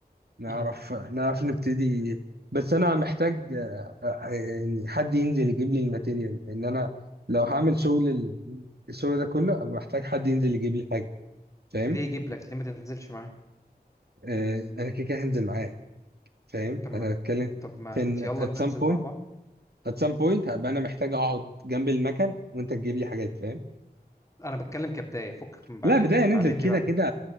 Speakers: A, on the right; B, on the left.
A: نعرف
B: مهم.
A: نعرف نبتدي بس انا محتاج آه، آه، يعني حد ينزل يجيب لي الماتيريال لان انا لو هعمل شغل ال- الشغل ده كله ابقى محتاج حد ينزل يجيب لي حاجه فاهم
B: ليه يجيب لك ليه ما تنزلش معاه
A: آه، انا كده كده هنزل معاه فاهم
B: طب ما
A: انا بتكلم
B: طب ما
A: في ان
B: يلا
A: at
B: ننزل
A: some point
B: مع بعض
A: at some point هبقى انا محتاج اقعد جنب المكن وانت تجيب لي حاجات فاهم
B: انا بتكلم كبدايه فكك من بعدين
A: لا بدايه ننزل
B: بعدين
A: كده
B: دي بعدين
A: كده